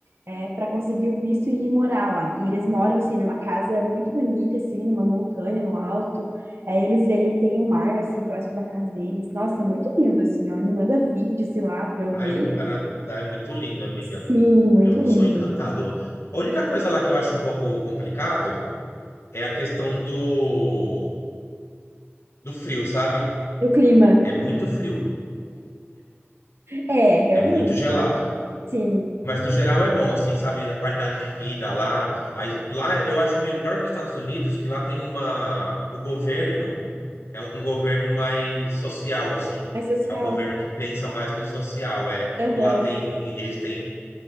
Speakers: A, on the right; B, on the left.
A: é, para conseguir o visto e ir morar lá. E eles moram, assim, numa casa muito bonita, assim, numa montanha, no alto. Aí eles verem, tem um mar, assim, próximo da casa deles. Nossa, é muito lindo, assim, ó. Me manda vídeos de lá pra eu ver.
B: Aí o Canadá é muito lindo, amiga.
A: Sim, muito
B: Eu
A: lindo.
B: sou encantado. A única coisa lá que eu acho um pouco complicado é a questão do, do frio, sabe?
A: E o clima?
B: É muito frio,
A: É, realmente.
B: é muito gelado.
A: Sim.
B: Mas no geral é bom, assim, sabe? A qualidade de vida lá. Aí- lá eu acho melhor que os Estados Unidos, que lá tem uma. O governo é um governo mais social, assim.
A: Mais social.
B: É um governo que pensa mais no social. É,
A: Aham.
B: lá tem. Eles têm.